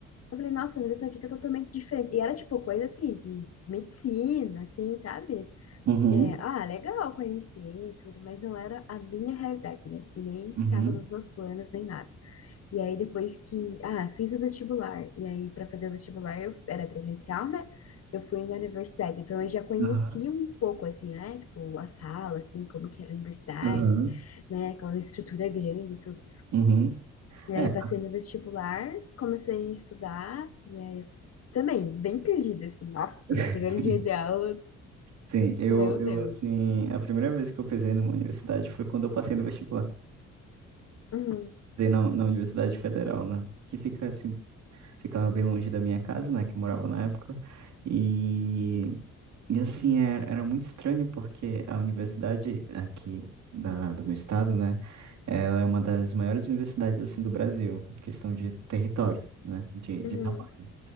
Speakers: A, on the left (about 55°); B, on the right (about 70°).
A: eu falei, nossa, mas isso aqui tá totalmente diferente. E era, tipo, coisa assim, de medicina, assim, sabe?
B: Uhum,
A: É, ah, legal conhecer e tudo, mas não era a minha realidade, né? E nem
B: uhum,
A: que tava nos meus planos, nem nada. E aí depois que, ah, fiz o vestibular. E aí para fazer o vestibular eu era presencial, né? Eu fui na universidade, então eu já conhecia
B: aham,
A: um pouco assim, né? Tipo, a sala, assim, como que era a universidade,
B: Aham.
A: né? Aquela estrutura grande e tudo.
B: uhum.
A: E
B: É,
A: aí passei no vestibular, comecei a estudar e aí também bem perdida assim. Nossa,
B: <laughs>
A: primeiro
B: sim.
A: dia de aula,
B: Sim, eu,
A: meu
B: eu
A: Deus.
B: assim, a primeira vez que eu pisei numa universidade foi quando eu passei no vestibular.
A: Uhum,
B: Dei na, na Universidade Federal, né? Que fica assim, ficava bem longe da minha casa, né? Que eu morava na época. E, e assim, era, era muito estranho porque a universidade aqui da, do meu estado, né? Ela é uma das maiores universidades assim do Brasil, em questão de território, né? De, de
A: uhum.
B: tamanho.